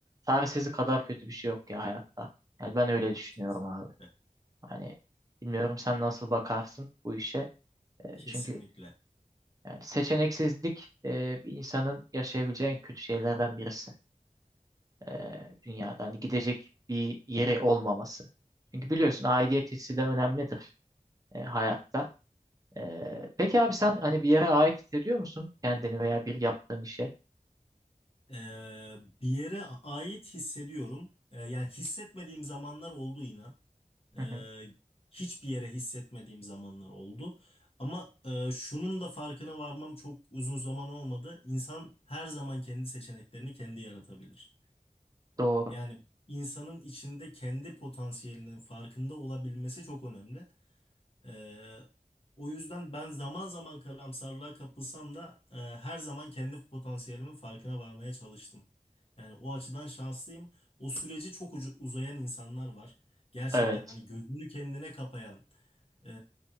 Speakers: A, on the right (about 25°); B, on the left (about 45°).
A: çaresizlik kadar kötü bir şey yok ya hayatta. Yani ben öyle düşünüyorum
B: Kesinlikle.
A: abi. Hani bilmiyorum sen nasıl bakarsın bu işe. E,
B: Kesinlikle.
A: Çünkü Yani seçeneksizlik e, bir insanın yaşayabileceği en kötü şeylerden birisi e, dünyada. Hani gidecek bir yeri olmaması. Çünkü biliyorsun aidiyet hissi de önemlidir e, hayatta. E, peki abi sen hani bir yere ait hissediyor musun kendini veya bir yaptığın işe?
B: Ee, bir yere ait hissediyorum. Ee, yani hissetmediğim zamanlar oldu inan.
A: Hı
B: Ee,
A: hı,
B: hiçbir yere hissetmediğim zamanlar oldu. Ama e, şunun da farkına varmam çok uzun zaman olmadı. İnsan her zaman kendi seçeneklerini kendi yaratabilir.
A: doğru.
B: Yani insanın içinde kendi potansiyelinin farkında olabilmesi çok önemli. Ee, o yüzden ben zaman zaman karamsarlığa kapılsam da e, her zaman kendi potansiyelimin farkına varmaya çalıştım. Yani o açıdan şanslıyım. O süreci çok ucu- uzayan insanlar var. Gerçekten
A: Evet.
B: hani gözünü kendine kapayan, e,